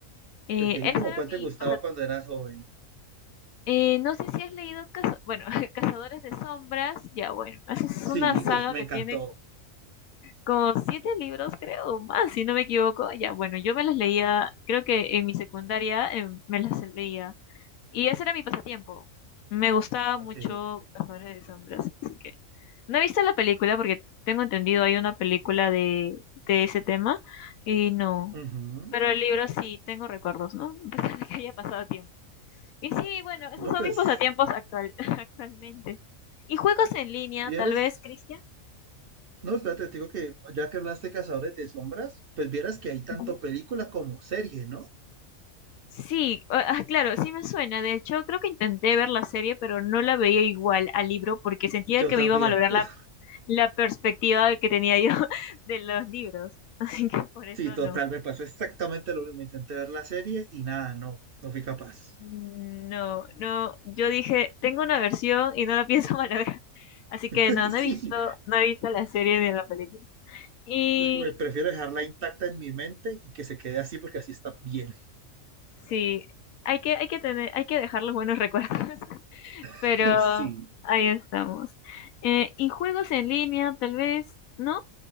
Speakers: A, on the left; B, on the right.
A: Eh,
B: Ok,
A: esa
B: ¿como
A: era
B: cuál
A: mi
B: te gustaba
A: pasa-
B: cuando eras joven?
A: Eh, no sé si has leído, Caza- bueno, <laughs> Cazadores de Sombras, ya bueno, esa es una
B: Sí,
A: saga
B: uf, me
A: que
B: encantó.
A: tiene como siete libros, creo, o más, si no me equivoco. Ya bueno, yo me las leía, creo que en mi secundaria em, me las leía. Y ese era mi pasatiempo. Me gustaba
B: Ok.
A: mucho Cazadores de Sombras, así que no he visto la película porque tengo entendido hay una película de, de ese tema y no.
B: ujú.
A: Pero el libro sí tengo recuerdos, ¿no? <laughs> A pesar de que haya pasado tiempo. Y sí, bueno, esos
B: No,
A: son
B: pues,
A: mis pasatiempos actual, <laughs> actualmente. ¿Y juegos en línea,
B: vieras.
A: tal vez, Cristian?
B: No, espérate, te digo que ya que hablaste de Cazadores de Sombras, pues vieras que hay tanto
A: Ujú.
B: película como serie, ¿no?
A: Sí, ah, ah, claro, sí me suena. De hecho, creo que intenté ver la serie, pero no la veía igual al libro porque sentía
B: Yo
A: que
B: también.
A: me iba a malograr
B: Uf,
A: la la perspectiva que tenía yo <laughs> de los libros. <laughs> Así que por eso
B: sí, total,
A: no.
B: me pasó exactamente lo mismo. Intenté ver la serie y nada, no, no fui capaz.
A: No, no, yo dije, tengo una versión y no la pienso <laughs> malograr. Así
B: <laughs>
A: que no, no he
B: Sí,
A: visto,
B: sí,
A: no he visto la serie ni la película. Y
B: es como que prefiero dejarla intacta en mi mente y que se quede así porque así está bien.
A: sí, hay que, hay que tener, hay que dejar los buenos recuerdos. <laughs> Pero
B: <laughs> Sí.
A: ahí estamos. Eh, y juegos en línea, tal vez, ¿no?